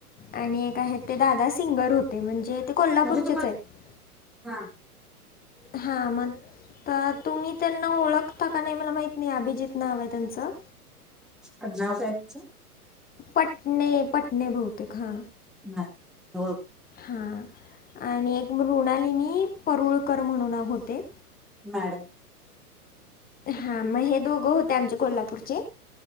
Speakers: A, on the left (about 20°); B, in the centre.
A: आणि एक आहे ते दादा सिंगर होते म्हणजे ते कोल्हापूरचेच
B: म्हणजे तु म
A: आहेत
B: हा.
A: हा मग तुम्ही त्यांना ओळखता का नाही मला माहित नाय अभिजित नाव आहे त्यांचं.
B: अडनाव काय आहे तिच.
A: पटणे पटणे बहुतेक हा.
B: नाय <unintelligible>
A: हा आणि एक मृणालिनी परुळकर म्हणून होते.
B: मॅडम
A: हा मग हे दोघं होते आमचे कोल्हापूरचे